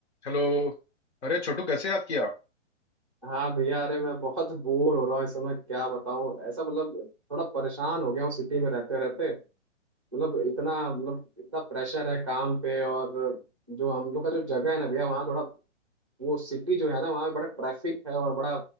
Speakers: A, on the left; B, on the right.
A: Hello अरे छोटू कैसे याद किया
B: हाँ भैया अरे मैं बहुत बोर हो रहा हूँ इस समय क्या बताऊँ ऐसा मतलब थोड़ा परेशान हो गया हूँ सिटी में रहते रहते मतलब इतना मतलब इतना प्रेशर है काम पे और जो हम लोग का जो जगह है ना भैया वहाँ थोड़ा वो सिटी जो है ना वहाँ पे बड़ा ट्रैफिक है और बड़ा